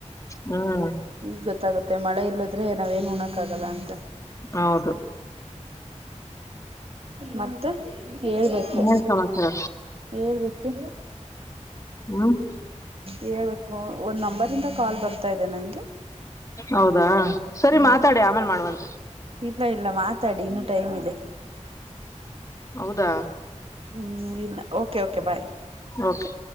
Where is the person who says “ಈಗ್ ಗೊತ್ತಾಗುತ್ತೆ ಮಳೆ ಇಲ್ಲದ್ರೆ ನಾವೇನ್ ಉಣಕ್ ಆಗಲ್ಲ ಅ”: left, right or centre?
Right